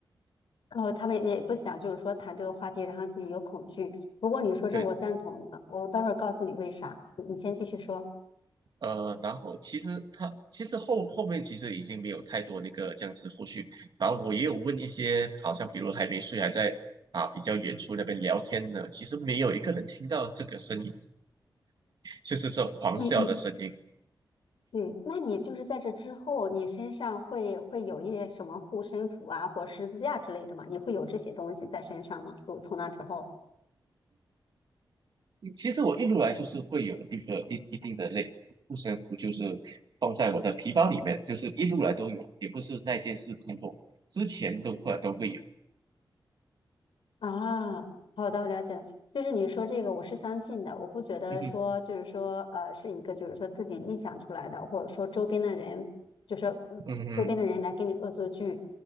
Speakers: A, on the left; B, on the right.
A: 然后他们也不想，就是说谈这个话题，然后自己有恐惧。不过你说这个我赞同的，
B: 对，
A: 我待会儿告诉你为啥。你你先继续说，
B: 呃，然后其实他其实后后面其实已经没有太多那个这样子后续，然后我也有问一些，好像比如还没睡，还在啊比较远处那边聊天的，其实没有一个人听到这个声音，就是这种狂笑的声音。
A: 你你你，那你就是在这之后，你身上会会有一些什么护身符啊，或十字架之类的吗？你会有这些东西在身上吗？就从那之后。
B: 其实我一路来就是会有一个一一定的类护身符，就是放在我的皮包里面，就是一路来都有，也不是那件事之后，之前都会都会有。
A: 啊，好的，了解了。就是你说这个，我是相信的，我不觉得说就是说呃是一个就是说自己臆想出来的，
B: 嗯哼，
A: 或者说周边的人，就是嗯周边的人来给你恶作剧。
B: 嗯哼，